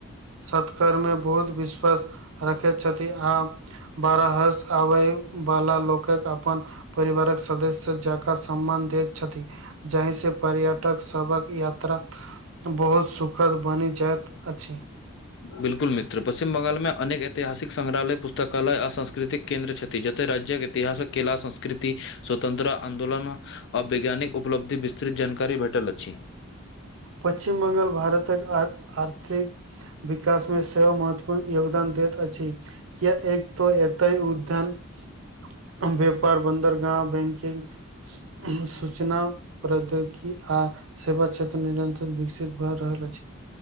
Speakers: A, on the right; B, on the left.
A: सत्कार में बहुत विश्वास रखैत छथि आ बाहर आबय वला लोकक अपनी परिवारक सदस्य जाकऽ सम्मान दैत छथि जाहिसँ पर्यटक सभक यात्रा यात्रा बहुत सुखद बनि जाइत अछि।
B: बिल्कुल मित्र पश्चिम बंगाल अनेक ऐतिहासिक संग्रहालय, पुस्तकालय आ सांस्कृतिक केन्द्र छथि जतय राज्य्यक इतिहासक केला संस्कृति स्वतन्त्रता आंदोलन आ वैज्ञानिक उपलब्धि विस्तृत जानकारी भेटल अछि।
A: पश्चिम बंगाल भारतक आर्थिक विकास में सेहो महत्वपूर्ण योगदान दैत अछि। ज एतय एकल उद्यम कमजोरद्॰ व्यापार बन्दर गाँव बैंकिंग ई सूचना प्रद्योगिकी आ सेवा क्षेत्र निरंतर विकसित भ रहललअछि।